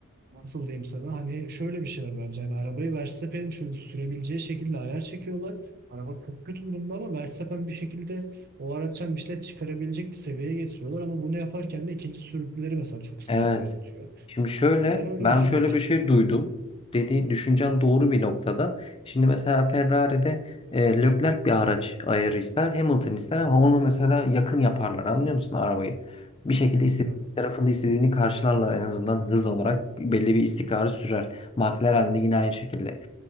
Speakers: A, on the right; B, on the left.
A: nasıl diyeyim sana hani şöyle bir şey var bence. Hani arabayı Verstappen'in şöyle sürebileceği şekilde ayar çekiyorlar. Araba çok kötü durumda ama Verstappen bir şekilde o araçtan bir şeyler çıkarabilecek bir seviyeye getiriyorlar. Ama bunu yaparken de ikinci sürücüleri mesela çok sıkıntı
B: Evet.
A: yaratıyor.
B: Şimdi şöyle,
A: Yani ben öyle
B: ben
A: düşünmek
B: şöyle
A: istiyorum
B: bir şey duydum.
A: yani.
B: Dediğin düşüncen doğru bir noktada. Şimdi mesela Ferrari'de e, Leclerc bir araç ayarı ister, Hamilton ister ama onu mesela yakın yaparlar. Anlıyor musun arabayı? Bir şekilde
A: Hı hı,
B: istediği
A: Evet.
B: tarafında istediğini karşılarlar en azından hız olarak belli bir istikrarı sürer. McLaren de yine aynı şekilde.